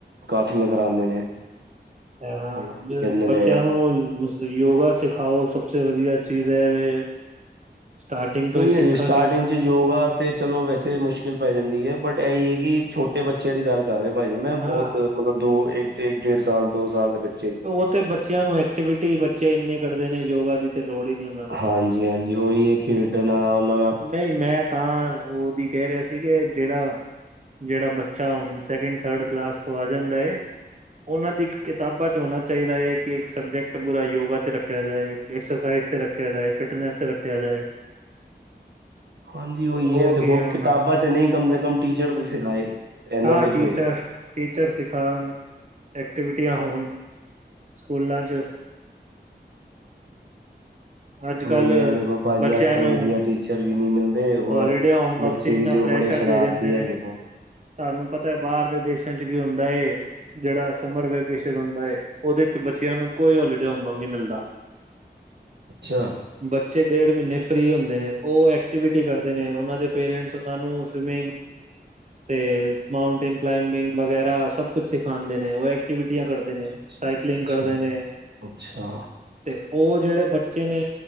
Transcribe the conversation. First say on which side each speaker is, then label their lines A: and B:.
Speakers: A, on the right; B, on the right.
A: ਕਾਫੀਆਂ ਕਰਾਂਦੇ ਨੇ।
B: ਐ ਹਾਂ
A: ਹੋਰ ਕੀ
B: ਮੇ
A: ਕਹਿੰਦੇ
B: ਬੱਚਿਆਂ
A: ਨੇ
B: ਨੂੰ ਮਿਸ ਯੋਗਾ ਸਿਖਾਓ ਸਭ ਸੇ ਵਧੀਐ ਚੀਜ ਐ ਵੇ, ਸਟਾਰਟਿੰਗ ਤੋਂ
A: ਨਹੀਂ
B: ਈ ਸਿੱਖਾਂਗੇ।
A: ਹਜੇ ਸਟਾਰਟਿੰਗ ਯੋਗਾ ਤੇ ਚਲੋ ਵੈਸੇ ਮੁਸ਼ਕਿਲ ਪੈ ਜਾਂਦੀ ਏ ਬਟ ਐ ਈ ਏ ਕਿ ਛੋਟੇ ਬੱ ਚਿਆਂ ਦੀ ਗੱਲ ਕਰ ਰੇ ਆਂ ਪਾ ਜੀ ਮੈਂ ਬੋਤ
B: ਹਾਂ
A: ਮਤਲਬ ਦੋ, ਇੱਕ, ਡੇਢ, ਡੇਢ ਸਾਲ, ਦੋ ਸਾਲ ਦੇ ਬੱ
B: ਓ ਤੇ ਬੱਚਿਆਂ ਨੂੰ ਐਕਟੀਵਿਟੀ ਬੱਚੇ ਇੰਨੇ ਕੱਢਦੇ ਨੇ। ਯੋਗਾ ਦੀ ਤੇ ਲੋੜ ਈ ਨੀ ਓਨਾਂ ਨੂੰ।
A: ਹਾਂਜੀ-ਹਾਂਜੀ। ਓਈ ਏ ਖੇਡਨਾ ਓਨਾਂ ਦਾ
B: ਨਈ ਮੈਂ ਤਾਂ ਐ ਓਦੀ ਕੈ ਰਿਆ ਸੀ ਕਿ ਜੇੜਾ ਜੇੜਾ ਬੱਚਾ ਹੂਨ ਸੈਕਿੰਡ-ਥਰਡ ਕਲਾਸ ਤੋਂ ਆ ਜਾਂਦਾ ਏ ਓਨਾਂ ਦੀ ਕਿਤਾਬਾਂ ਤੋ ਹੋਨਾ ਚਾਈਦਾ ਏ ਕਿ ਇੱਕ ਸਬਜੈਕਟ ਪੂਰਾ ਯੋਗਾ ਤੇ ਰੱਖਿਆ ਜਾਏ, ਐਕਸਰਸਾਈਜ਼ ਤੇ ਰੱਖਿਆ ਜਾਏ, ਫਿਟਨੈਸ ਤੇ ਰੱ ਖਿਆ ਜਾਏ।
A: ਹਾਂਜੀ ਓਈ
B: ਉਹ
A: ਏ ਦੇਖੋ
B: ਕੀ ਉਹਨਾਂ
A: ਕਿਤਾਬਾਂ
B: ਨੂੰ
A: 'ਚ ਨਈ ਕਮ ਸੇ ਕਮ ਟੀਚਰ ਤੇ ਸਿਖਾਏ। ਐਨਾਂ
B: ਹਾਂ
A: ਤੇ ਹੋਏ।
B: ਟੀਚਰ ਟੀਚਰ ਸਿਖਾਨ, ਐਕਟੀਵੀਟੀਆਂ ਹੋਨ ਸਕੂਲਾਂ 'ਚ ਅੱਜ-ਕੱਲ
A: ਹੁਣ ਉਹੀ ਹੈ ਦੇਖੋ ਭਾਜੀ
B: ਬੱਚਿਆਂ
A: ਅੱਜ ਕੱਲ੍ਹ
B: ਨੂੰ
A: ਵਧੀਆ ਟੀਚਰ ਵੀ ਨਹੀਂ ਮਿਲਦੇ ਹੋਰ
B: ਹੋਲੀਡੇ ਹੋਮਵਰਕ
A: ਬੱਚੇ
B: 'ਚ ਇੰਨਾ
A: ਵੀ ਜੋ
B: ਪ੍ਰੈਸ਼ਰ
A: ਬੜੇ ਸ਼ਰਾਰਤੀ
B: ਦੇ ਦੇਂਦੇ
A: ਹੈਗੇ
B: ਨੇ ਤੁਆਨੂੰ ਪਤੈ ਬਾਰ ਦੇ ਦੇਸਾਂ 'ਚ ਕੀ ਹੁੰਦਾ ਏ, ਜੜਾ ਸਮਰ ਵੇਕੇਸ਼ਨ ਹੁੰਦਾ ਏ ਓਦੇ 'ਚ ਬੱਚਿਆਂ ਨੂੰ ਕੋਈ ਹੋਲੀਡੇ ਹੋਮਵਰਕ ਨੀ ਮਿਲਦਾ।
A: ਅੱਛਾ।
B: ਬੱਚੇ ਡੇਢ ਮੀਂਨ੍ਹੇ ਫ੍ਰੀ ਹੁੰਦੇ ਨੇ, ਓ ਐਕਟੀਵਿਟੀ ਕਰਦੇ ਨੇ। ਓਨਾਂ ਦੇ ਪੇਰੈਂਟਸ ਓਨਾਂ ਨੂੰ ਸਵਿਮਿੰਗ ਤੇ ਮਾਊਂਨਟੇਨ ਕਲਾਈਮਿੰਗ ਵਗੈਰਾ ਸਭ ਕੁਛ ਸਿਖਾਂਦੇ ਨੇ। ਓ ਐਕਟੀਵਿਟੀਆਂ ਕਰਦੇ ਨੇ।
A: ਅੱ,
B: ਸਾਈਕਲਿੰਗ
A: ਅੱਛਾ,
B: ਕਰਦੇ ਨੇ
A: ਅੱਛਾ।
B: ਤੇ ਓ ਜੜੇ ਬੱਚੇ ਨੇ